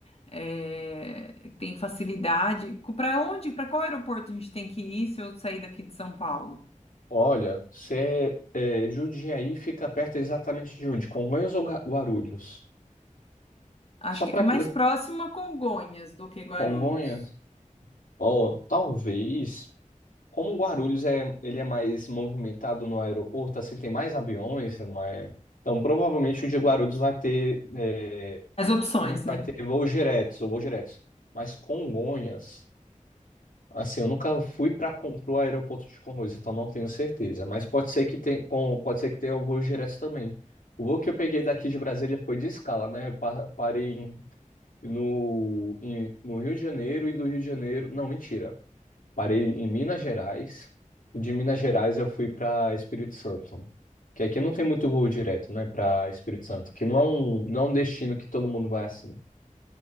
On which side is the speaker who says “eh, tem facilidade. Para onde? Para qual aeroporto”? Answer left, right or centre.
Left